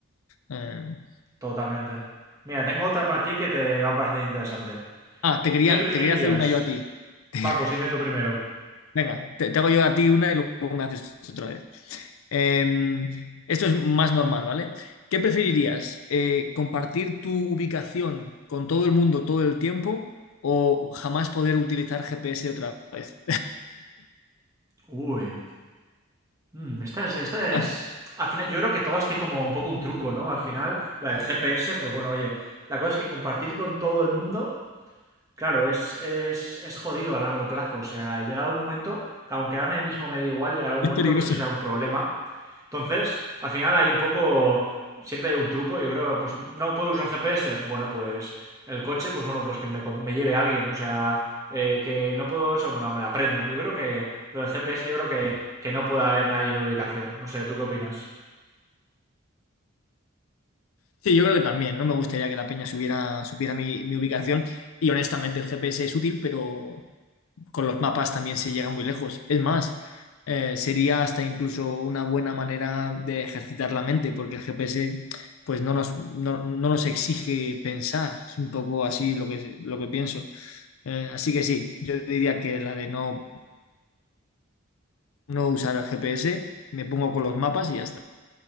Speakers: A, on the left (about 80°); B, on the right (about 15°).
A: Eh,
B: Totalmente. Mira, tengo otra para ti que te va a parecer interesante.
A: Ah, te quería,
B: ¿Qué preferirías?
A: te quería hacer una yo a ti. <laughs>
B: Va, pues dime tú primero.
A: Venga, te, te hago yo a ti una y luego me haces tú otra vez. Eh, esto es más normal, ¿vale? ¿Qué preferirías? Eh, ¿compartir tu ubicación con todo el mundo todo el tiempo o jamás poder utilizar GPS otra vez?
B: Uy. Mm, esta es, esta
A: <laughs>
B: es. Al final, yo creo que todas tienen como un poco un truco, ¿no? Al final, la del GPS, pues bueno, oye, la cosa es que compartir con todo el mundo Claro, es, es, es jodido a largo plazo. O sea, llegará un momento, que aunque ahora mismo me da igual, llegará un
A: Es
B: momento
A: peligroso.
B: que eso será un problema. Entonces, al final hay un poco, siempre hay un truco. Yo creo que, pues, no puedo usar GPS. Bueno, pues el coche, pues bueno, pues que me, con- me lleve alguien. O sea, eh, que no puedo eso, bueno, me lo aprendo. Yo creo que lo del GPS, yo creo que, que no puede haber nadie en mi ubicación. No sé, ¿tú qué opinas?
A: Sí, yo creo que también. No me gustaría que la peña subiera, supiera mi, mi ubicación. Y honestamente, el GPS es útil, pero con los mapas también se llega muy lejos. Es más, eh, sería hasta incluso una buena manera de ejercitar la mente, porque el GPS pues no nos, no, no nos exige pensar. Es un poco así lo que, lo que pienso. Eh, así que sí, yo diría que la de no, no usar el GPS, me pongo con los mapas y ya está.